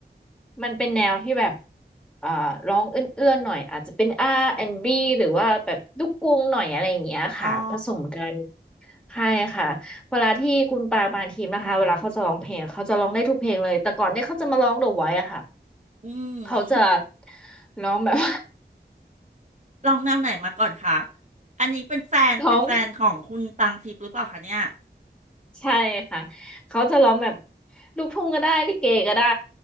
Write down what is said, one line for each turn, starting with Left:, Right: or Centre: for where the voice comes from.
Centre: มันเป็นแนวที่แบบ อ่า ร้องเอื้อนๆหน่อยอาจจะเป็น R&B หรือว่าแบบลูกกรุงหน่อยอะไรอย่างเงี้ยค่ะ
Right: อ๋อ
Centre: ผสมกันใช่ค่ะ เวลาที่คุณปางปางทีมนะคะเวลาเขาจะร้องเพลงเขาจะร้องได้ทุกเพลงเลย แต่ก่อนเนี่ยเขาจะมาร้อง The Voice อะค่ะ
Right: อื
Centre: เขาจะ
Right: ม
Centre: ร้องแบบ
Right: ลองแนวไหนมาก่อนคะอันนี้เป็นแฟนเป็นแฟนของคุณปังทิพย์หรือเปล่าคะเนี่ย
Centre: <laughs> ร้อง ใช่ค่ะเขาจะร้องแบบลูกทุ่งก็ได้ลิเกก็ได้